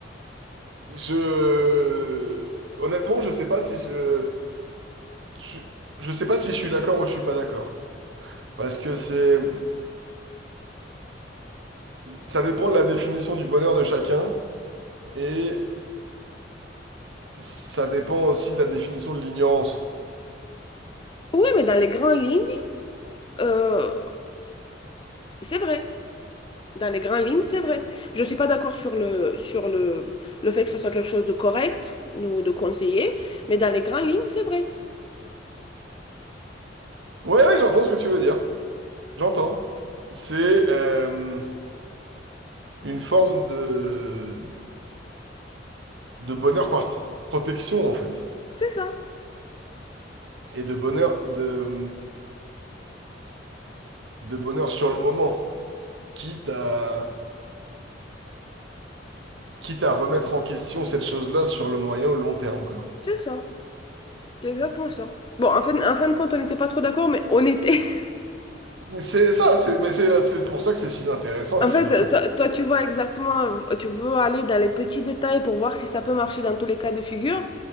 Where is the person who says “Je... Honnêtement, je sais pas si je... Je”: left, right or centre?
Right